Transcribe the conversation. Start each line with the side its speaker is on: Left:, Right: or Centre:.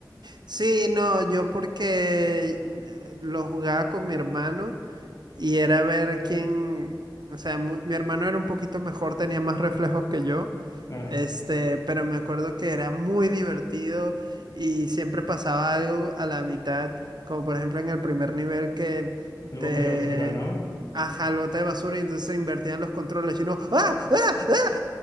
Right: Sí, no, yo porque mm, lo jugaba con mi hermano Y era ver quién, o sea, mu- mi hermano era un poquito mejor, tenía más reflejos que yo,
Left: Ah,
Right: este, pero me acuerdo que era muy divertido y siempre pasaba algo a la mitad, como por ejemplo en el primer nivel que
Left: el
Right: te
Left: bote de basura, ¿no?
Right: ajá, el bote de basura y entonces se invertían los controles y uno, ¡ah! ¡ah! ¡ah!